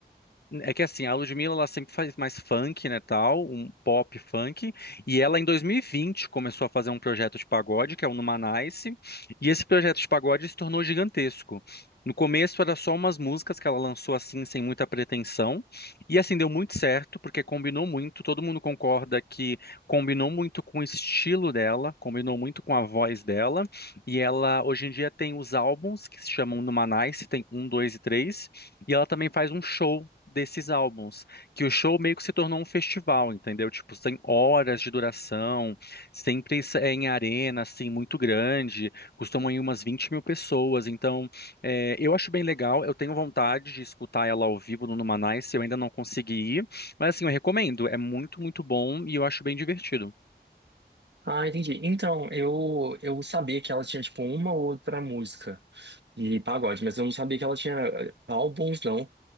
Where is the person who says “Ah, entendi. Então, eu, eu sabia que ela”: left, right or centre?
Right